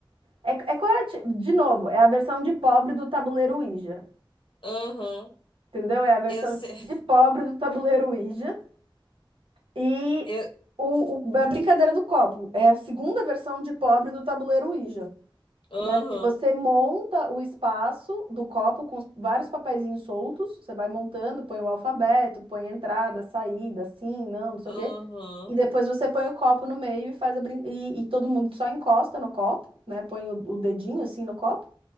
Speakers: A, on the right; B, on the left.
A: É, é qual é a ti- de novo, é a versão de pobre do tabuleiro Ouija,
B: Aham.
A: entendeu? É a versão
B: Eu sei.
A: de pobre do tabuleiro Ouija e
B: <laughs> Eu,
A: o, o- a brincadeira do copo é a segunda versão de pobre do tabuleiro Ouija,
B: aham,
A: né? Porque você monta o espaço do copo com os- vários papeizinhos soltos, você vai montando, põe o alfabeto, põe a entrada, a saída, sim, não, não sei o quê.
B: aham,
A: E depois você põe o copo no meio e faz a brin... e, e todo mundo só encosta no copo, né? Põe o o dedinho assim no copo.